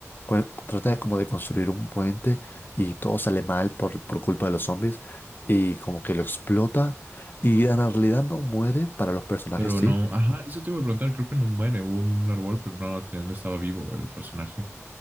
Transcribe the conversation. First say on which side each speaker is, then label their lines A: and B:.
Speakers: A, on the left (about 40°); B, on the right (about 35°).
A: cuen- trata de como de construir un puente y todo sale mal por, por culpa de los zombies y como que lo explota y en realidad no muere, para los personajes
B: Pero
A: sí,
B: no, ajá, eso te iba a preguntar, creo que no muere, hubo un árbol, pero no, al final estaba vivo el personaje.